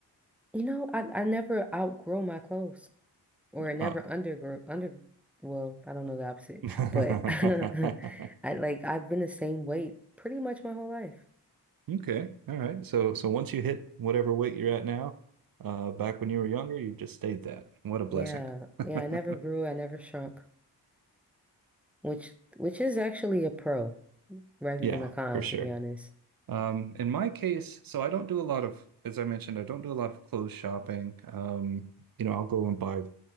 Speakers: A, in the centre; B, on the right (about 55°).
A: You know, I, I never outgrow my clothes or I never
B: Oh.
A: undergrow under well, I don't know the opposite,
B: <laughs>
A: but <laughs> I like I've been the same weight pretty much my whole life.
B: Okay. All right. So so once you hit whatever weight you're at now, uh, back when you were younger, you've just stayed that. What a blessing.
A: Yeah.
B: <laughs>
A: Yeah, I never grew, I never shrunk, which which is actually a pro rather
B: Yeah,
A: than a con,
B: for sure.
A: to be honest.
B: Um, in my case, so I don't do a lot of, as I mentioned, I don't do a lot of clothes shopping. Um, you know, I'll go and buy,